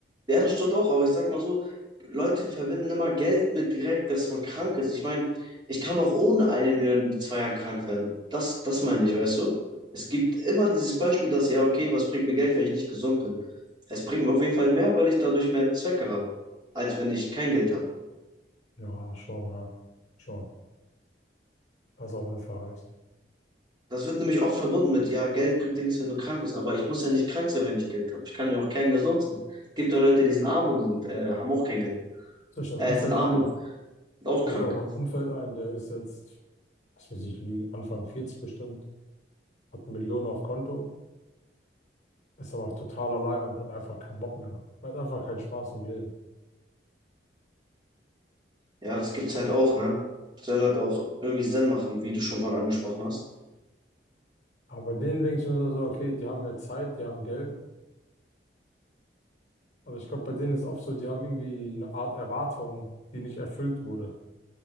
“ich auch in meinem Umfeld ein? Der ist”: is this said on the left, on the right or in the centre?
Left